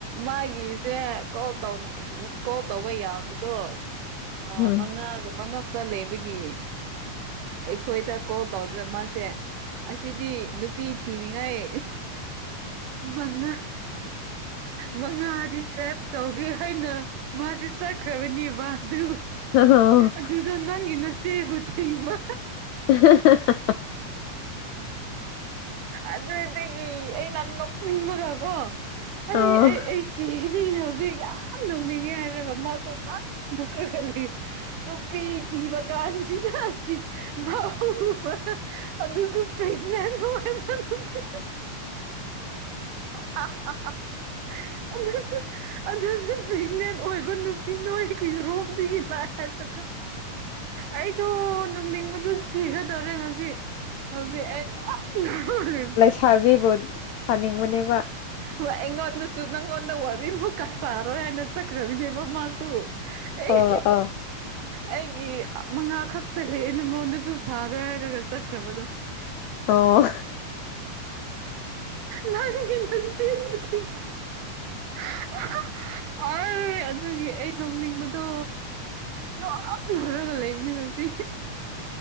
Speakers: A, on the right (about 80°); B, on the left (about 85°).
A: ꯃꯥꯒꯤ <unintelligible> ꯀꯣꯜ ꯇꯧꯟ ꯀꯣꯜ ꯇꯧꯕ ꯌꯥꯕꯗꯣ ꯑ
B: ꯑꯥ
A: ꯃꯉꯥꯒ ꯃꯉꯛ ꯇ ꯂꯩꯕꯒꯤ ꯑꯩꯈꯣꯏꯗ ꯀꯣꯜ ꯇꯧꯗ꯭ꯔꯦ ꯃꯥꯁꯦ ꯑꯁꯤꯗꯤ ꯅꯨꯄꯤ ꯊꯤꯔꯤꯉꯩ ꯃꯉꯥ ꯃꯉꯥꯗꯤ ꯔꯦꯞ ꯇꯧꯒꯦ ꯍꯥꯏꯅ ꯃꯥꯁꯦ ꯆꯠꯈ꯭ꯔꯕꯅꯦ ꯃꯥ ꯑꯗꯨ
B: ꯑꯣ
A: ꯑꯗꯨꯗ ꯅꯪꯒꯤ ꯅꯆꯦꯕꯨ ꯊꯤꯡꯕ
B: <unintelligible>
A: ꯑꯗꯨꯗꯒꯤ ꯑꯩꯅ ꯅꯣꯛꯅꯤꯡꯕꯒ ꯀꯣ ꯑꯩ
B: ꯑꯣ
A: ꯑꯩ ꯑꯩ <unintelligible> ꯅꯤ ꯍꯧꯖꯤꯛ ꯌꯥ ꯌꯥꯝ ꯅꯣꯛꯅꯤꯡꯉꯦ ꯍꯥꯏꯔꯒ ꯃꯥꯁꯨ <unintelligible> ꯅꯣꯛꯔꯒ ꯂꯩ ꯅꯨꯄꯤ ꯊꯤꯕ ꯀꯥꯟꯁꯤꯗ <unintelligible> ꯃꯥ ꯎꯕꯗ ꯑꯗꯨꯁꯨ ꯄ꯭ꯔꯦꯛꯅꯦꯟ ꯑꯣꯏꯕ ꯅꯨꯄꯤ <unintelligible> <unintelligible> ꯑꯗꯨꯁꯨ ꯄ꯭ꯔꯦꯒꯅꯦꯟ ꯑꯣꯏꯕ ꯅꯨꯄꯤ ꯅꯣꯏꯒꯤ ꯔꯣꯝꯗꯒꯤ ꯂꯥꯑꯦ ꯍꯥꯏꯔꯒ ꯑꯩꯗꯣ ꯅꯣꯛꯅꯤꯡꯕꯗꯣ ꯁꯤꯒꯗꯧꯔꯦ ꯉꯁꯤ ꯍꯧꯖꯤꯛ ꯑꯩ ꯅꯣꯛ ꯅꯣꯛꯂꯤꯝ
B: <unintelligible> ꯕꯤꯕꯨ ꯁꯥꯅꯤꯡꯕꯅꯦꯕ
A: ꯍ‌ꯣꯏ ꯑꯩꯉꯣꯟꯗꯁꯨ ꯅꯪꯉꯣꯟꯗ ꯋꯥꯔꯤꯃꯨꯛꯀ ꯁꯥꯔꯣꯏ ꯍꯥꯏꯅ ꯆꯠꯈ꯭ꯔꯕꯅꯦꯕ ꯃꯥꯁꯨ ꯑꯩꯒꯤ
B: ꯑꯣ ꯑꯥ
A: ꯑꯩꯒꯤ ꯃꯉꯥ ꯈꯛꯇ ꯂꯩꯑꯦ ꯅꯪꯉꯣꯟꯗꯁꯨ ꯁꯥꯔꯣꯏ ꯍꯥꯏꯔꯒ ꯆꯠꯈ꯭ꯔꯕꯗꯣ
B: ꯑꯣ
A: ꯅꯪꯒꯤ ꯅꯆꯦꯗꯨꯗꯤ <unintelligible> ꯑꯥꯏ ꯑꯗꯨꯒꯤ ꯑꯩ ꯅꯣꯛꯅꯤꯡꯕꯗꯣ ꯅ‌ꯣꯑꯣ ꯅꯣꯛꯔꯒ ꯂꯩꯕꯅꯤ ꯉꯁꯤ